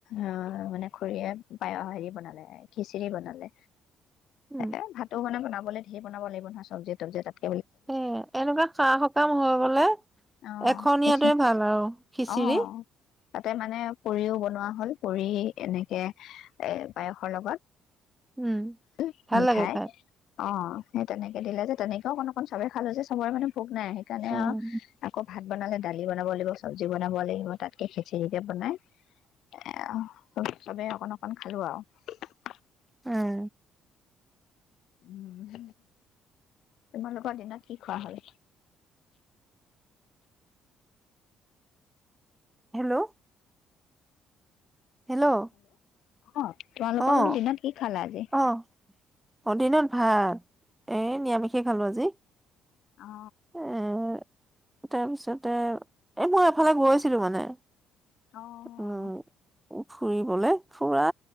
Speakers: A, on the left; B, in the centre.
A: অ', মানে খুৰীয়ে পায়, হেৰি বনালে, খিচিৰি বনালে।
B: উম,
A: এ, ভাতো কোনে বনা হ'লে ধেৰ বনাব লাগিব নহই, চবজি-তবজি কাটি।
B: সেয়ে, এনেকুৱা সা-সকাম হৈ গ'লে
A: অ
B: এখনীয়াটোৱে
A: খিচি
B: ভাল আৰু, খিচিৰি।
A: অ তাতে মানে পুৰিও বনোৱা হ'ল, পুৰি এনেকে, এই পায়সৰ লগত।
B: উম,
A: উম
B: ভাল
A: মিঠাই
B: লাগে খাই
A: অ তেনেকে দিলে যে তেনেকেও অকণ অকণ চবে খালে যে চবৰে মানে ভোক, নাই সেইকাৰণে
B: উম,
A: আৰু আকৌ ভাত বনালে, দালি বনাব লাগিব চবজিও বনাব লাগিব তাতকে খিছিৰিকে বনাই, <inaudible> চবে অকণ অকণ অকমান খালো আৰু
B: উম,
A: উম তোমালোকৰ দিনত কি খোৱা হ'ল
B: হেল্ল' হেল্ল'
A: অ' তোমালোকৰ
B: অ',
A: বোলো দিনত কি খালা আজি।
B: অ', অ দিনত ভাত এ নিৰামিষ কে খলো আজি।
A: অ
B: উম তাৰপিছতে এই মই এফালে গৈছিলো মানে।
A: অ' অ'
B: উম ফুৰিবলে ফুৰা,